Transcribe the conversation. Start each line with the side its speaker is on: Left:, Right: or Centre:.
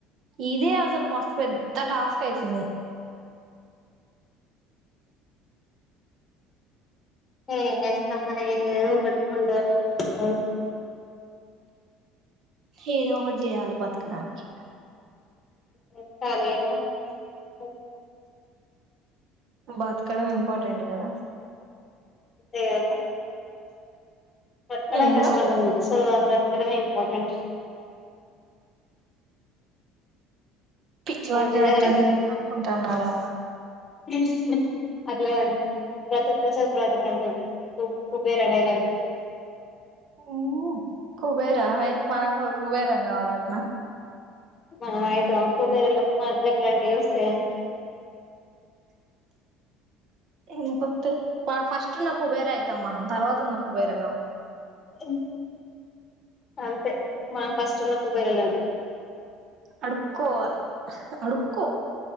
Right: ఇదే అసలు మస్తు పెద్ద టాస్క్ అయితుంది
Left: ఎం చేస్తావ్ మరి ఏదో ఒకటి <unintelligible>
Right: ఏదో ఒకటి చేయాలి బతకడానికి
Left: <unintelligible>
Right: బతకడమే ఇంపార్టెంట్ కదా
Left: ఏమో బతకడం
Right: ఏదో
Left: కష్టంగా ఉంది సో ఇక్కడ ఇంపార్టెంట్
Right: పిచ్చి వట్టినట్టుంది
Left: నిజంగానే
Right: అనుకుంటాండు అలా అన్నా.
Left: పిస్ పర్లేదు <inaudible> కోసేపు బ్రతుకు అంటడు కు కుబేరా డయిలాగు.
Right: హ్ కుబేర ఏయింది మనం కూడా కుబేరలు కావాలఅటనా.
Left: మనం అయితమా కుబేరులం మనకి గట్లాంటివి వస్తయా.
Right: <inaudible> ఎందుకు వత్తయి వాడు ఫస్ట్ ఉన్న కుబేర అయితం మనం తర్వాత ఉన్న కుబేరకాం
Left: ఎం అంతే మనం ఫస్ట్ ఉన్న కుబేరులం
Right: అడుక్కోవ్వాలే అడుక్కో